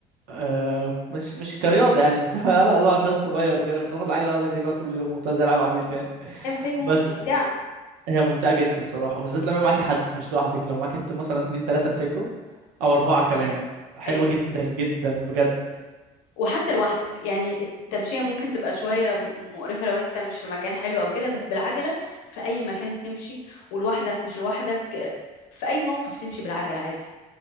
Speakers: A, on the right; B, on the left.
A: آه مش مش كرياضة يعني كنت <laughs> لا لا عشان صغير وكده كنت باخد العجلة اقعد اجري بيها طول اليوم وبتاع زي العيال العبيط يعني
B: هي مسايب ممتعة
A: بس هي ممتعة جدا صراحة وبالذات لما يبقى معاكي حد مش لوحدك لو معاكي انت مثلا اتنين تلاتة بتجروا او اربعة كمان
B: اه
A: حلوة
B: ايوه
A: جدا جدا بجد
B: وحتى لوحدك يعني التمشية ممكن تبقى شوية مقرفة لو انت مش في مكان حلو او كده بس بالعجلة في اي مكان تمشي ولوحدك مش لوحدك في اي موقف تمشي بالعجلة عادي